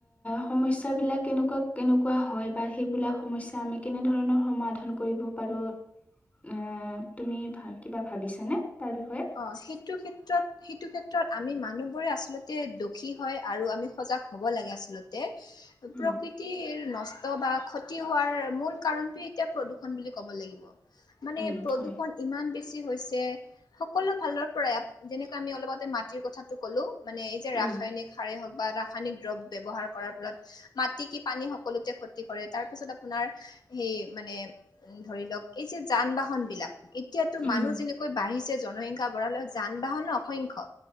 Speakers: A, on the left; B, on the left.
A: সমস্যাবিলাক কেনেকুৱা-কেনেকুৱা হয় বা সেইবিলাক সমস্যা <unintelligible> এতিয়া আমি কেনেধৰণৰ সমাধান কৰিব পাৰোঁ <unintelligible> অঁ! তুমি <unintelligible> কিবা ভাবিছানে? তাৰ বিষয়ে। <unintelligible>
B: অঁ! সেইটো ক্ষেত্ৰত <unintelligible> সেইটো ক্ষেত্ৰত আমি মানুহবোৰে আচলতে দোষী হয়, আৰু আমি সজাগ হ'ব লাগে আচলতে। <unintelligible>
A: উম
B: প্ৰকৃৃত <unintelligible> <unintelligible> নষ্ট বা ক্ষতি হোৱাৰ মূল কাৰণটোৱেই এতিয়া প্ৰদূষণ বুলি ক'ব লাগিব। মানে
A: উম,
B: প্ৰদূষণ
A: হয়।
B: ইমান বেছি <unintelligible> বেছি হৈছে। সকলো ফালৰ পৰাই যেনেকে আমি অলপ আগতে মাটিৰ কথা <unintelligible> <unintelligible> ক'লোঁ, মানে এই যে
A: উম,
B: ৰাসায়নিক সাৰেই হওক বা ৰাসায়নিক দ্ৰৱ ব্যৱহাৰ কৰাৰ ফলত মাটি কি পানী সকলোতে ক্ষতি কৰে। তাৰ পিছত আপোনাৰ সেই মানে <unintelligible> উম! ধৰি লওক, এই যে যান-বাহনবিলাক, এতিয়া <unintelligible> <unintelligible> তো
A: উম,
B: মানুহ যেনেকৈ বাঢ়িছে, জনসংখ্যা বঢ়ালৈ যান-বাহনো অসংখ্য।